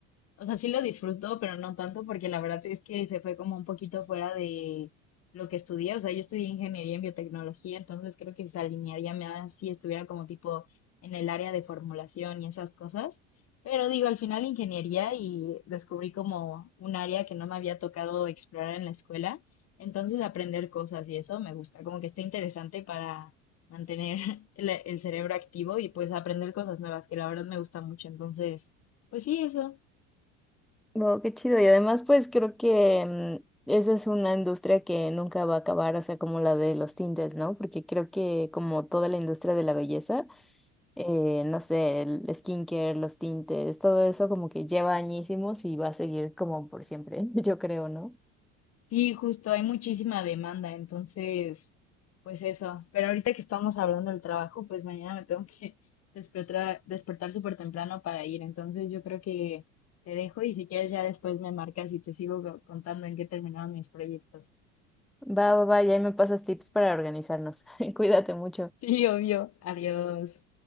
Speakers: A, on the left; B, in the centre.
A: O sea, sí lo disfruto, pero no tanto porque la verdad es que se fue como un poquito fuera de lo que estudié. O sea, yo estudié ingeniería en biotecnología, entonces creo que se alinearía más si estuviera como tipo en el área de formulación y esas cosas. Pero digo, al final ingeniería y descubrí como un área que no me había tocado explorar en la escuela. Entonces aprender cosas y eso me gusta, como que está interesante para mantener <laughs> el, el cerebro activo y pues aprender cosas nuevas, que la verdad me gusta mucho. Entonces, pues sí, eso.
B: Wow, qué chido. Y además, pues creo que mm, esa es una industria que nunca va a acabar, o sea, como la de los tintes, ¿no? Porque creo que como toda la industria de la belleza, eh, no sé, el skincare, los tintes, todo eso como que lleva añísimos y va a seguir como por siempre, <laughs> yo creo, ¿no?
A: Sí, justo, hay muchísima demanda, entonces, pues eso. Pero ahorita que estamos hablando del trabajo, pues mañana me tengo que <laughs> despertar, despertar súper temprano para ir. Entonces, yo creo que te dejo y si quieres ya después me marcas y te sigo co- contando en qué terminaron mis proyectos. <laughs>
B: Va, va, va, y ahí me pasas tips para organizarnos. <laughs> Cuídate mucho.
A: Sí, obvio. Adiós.